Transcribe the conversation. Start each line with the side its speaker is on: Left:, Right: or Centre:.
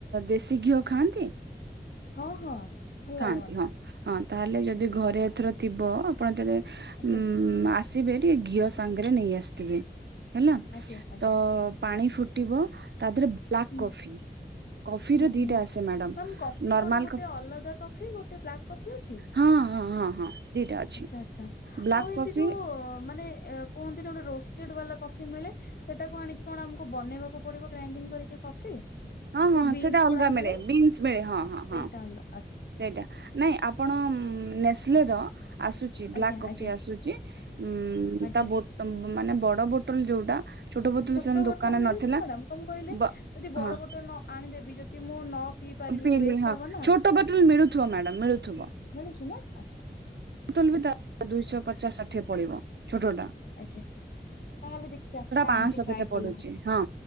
Right: ଦେଶୀ ଘିଅ ଖାଆନ୍ତି?
Left: ହଁ ହଁ। ଭଲ
Right: ଖାଆନ୍ତି
Left: ଲାଗେ ମତେ
Right: ହଁ ହଁ ତାହେଲେ ଯଦି
Left: ଆଜ୍ଞା
Right: ଘରେ ଏଥର ଥିବ ଆପଣ ଯେବେ
Left: ଆଜ୍ଞା
Right: ଉ ଉ ଆସିବେ ଟିକେ ଘିଅ ସାଙ୍ଗରେ ନେଇ ଆସିଥିବେ ହେଲା
Left: ଆଜ୍ଞା ଆଜ୍ଞା
Right: ତ ପାଣି ଫୁଟିବ ତା ଦେହରେ ବ୍ଲାକ୍
Left: ହୁଁ
Right: କଫି କଫିର
Left: ହୁଁ ହୁଁ
Right: ଦିଟା ଆସେ ମ୍ୟାଡ଼ାମ
Left: ମ୍ୟାମ କଫି
Right: ନର୍ମାଲ
Left: କଣ ଗୋଟେ
Right: କ
Left: ଅଲଗା କଫି ଗୋଟେ ବ୍ଲାକ୍ କଫି ଅଛି?
Right: ହଁ ହଁ ହଁ ହଁ। ଦିଟା ଅଛି
Left: ଆଚ୍ଛା ଆଛା
Right: ବ୍ଲାକ୍
Left: ଆଉ ଏମିତି
Right: କଫି
Left: ଯୋଉ ମାନେ କୁହନ୍ତି ନା ଗୋଟେ ରୋଷ୍ଟେଡ ବାଲା କଫି ମିଳେ? ସେଟାକୁ ଆଣିକି କଣ ଆମକୁ ବନେଇବାକୁ ପଡିବ ଗ୍ରାଇଣ୍ଡିଙ୍ଗ କରିକି କଫି?
Right: ହଁ ହଁ
Left: ଯୋଉ ବିନ୍ସ
Right: ସେଇଟା ଅଲଗା
Left: ଗୁରା ମିଳେ
Right: ବିନ୍ସ ମିଳେ ହଁ ହଁ
Left: ସେଇଟା
Right: ହଁ
Left: ଆଣିବ।
Right: ସେଇଟା ନାଇଁ ଆପଣ ନେସ୍ଲେର ଆସୁ ଛି
Left: ଆଜ୍ଞା
Right: ବ୍ଲାକ କଫି
Left: ଆଜ୍ଞା
Right: ଆସୁଛି ଉମ
Left: ଆଜ୍ଞା
Right: ତା ମାନେ ବଡ ବୋଟଲ ଯୋଉଟା ବୋତଲ
Left: ଛୋଟ
Right: ସେ
Left: ବୋଟଲ
Right: ଦୋକାନରେ
Left: ମିଳୁଛି
Right: ନଥିଲା
Left: ନା ମ୍ୟାଡାମ କଣ କହିଲେ
Right: ବ
Left: ଯଦି ବଡ
Right: ହଁ
Left: ବୋଟଲ ନ ଆଣିଦେବି ଯଦି ମୁଁ ନ ପିଇ ପାରିବି
Right: ପ ହଁ ପିଇଲି
Left: ୱେଷ୍ଟ ହବ ନା
Right: ଛୋଟ ବୋଟଲ ମିଳୁଥିବ ମ୍ୟଡାମ ମିଳୁଥିବ?
Left: ମିଳୁଛି ନା ଆଚ୍ଛା ଆଚ୍ଛା
Right: ତୋଲ ବି ତା ଦୁଇଶ ପଚାଶ ଷାଠିଏ ପଳିବ ଛୋଟ ଟା।
Left: ଆଜ୍ଞା ତାହେଲେ ଦେଖିଆ ଆଣିକି
Right: ପାଞ୍ଚଶହ
Left: ଟ୍ରାଏ
Right: କେତେ ପଡୁଛି
Left: କଲେ
Right: ହଁ